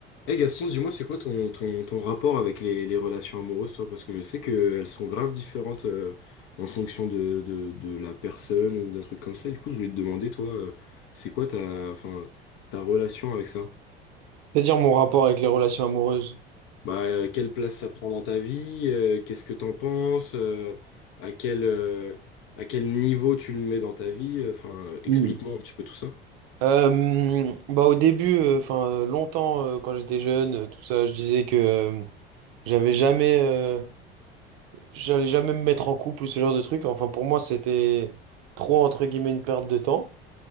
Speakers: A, on the left; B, on the right.
A: Eh Gaston, dis-moi, c'est quoi ton, ton, ton rapport avec les, les relations amoureuses, toi? Parce que je sais qu'elles sont grave différentes euh, en fonction de, de, de la personne ou d'un truc comme ça. Et du coup, je voulais te demander, toi, euh, c'est quoi ta, enfin, ta relation avec ça?
B: C'est-à-dire mon rapport avec les relations amoureuses.
A: Bah, euh, quelle place ça prend dans ta vie? Euh, qu'est-ce que t'en penses? Euh, à quel, euh, à quel niveau tu le mets dans ta vie? Enfin, euh, enfin, explique-moi
B: Hmm.
A: un petit peu tout ça.
B: Euh, bah au début, euh, enfin euh, longtemps euh, quand j'étais jeune, euh, tout ça, je disais que euh, j'avais jamais, euh, j'allais jamais me mettre en couple ou ce genre de truc. Enfin pour moi c'était trop entre guillemets une perte de temps.